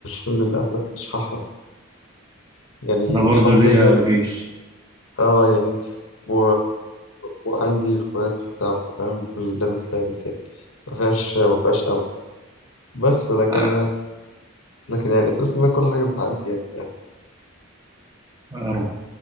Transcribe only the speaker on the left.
فللأسف <laughs> مش هحرف يعني
الحمد
لله
اه يعني و... وعندي اخوات وبتاع فاهم لابس لابس يعني ما فيهاش ما فيهاش امل بس لكن
لكن يعني بإذن الله كل حاجة بتعدي يعني فاهم